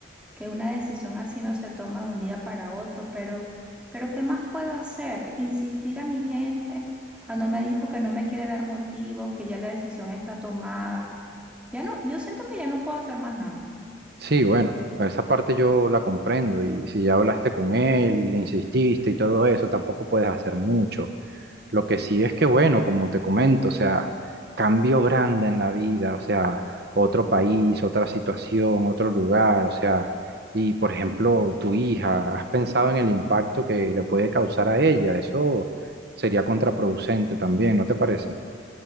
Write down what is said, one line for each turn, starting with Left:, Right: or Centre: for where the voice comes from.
Centre: que una decisión así no se toma de un día para otro, pero, pero ¿qué más puedo hacer? Insistir a mi jefe cuando me dijo que no me quiere dar motivos, que ya la decisión está tomada. Ya no, yo siento que ya no puedo hacer más nada.
Right: Sí, bueno, esa parte yo la comprendo y si ya hablaste con él y le insististe y todo eso, tampoco puedes hacer mucho. Lo que sí es que, bueno, como te comento, o sea, cambio grande en la vida, o sea, otro país, otra situación, otro lugar, o sea, y por ejemplo, tu hija, ¿has pensado en el impacto que le puede causar a ella? Eso sería contraproducente también, ¿no te parece?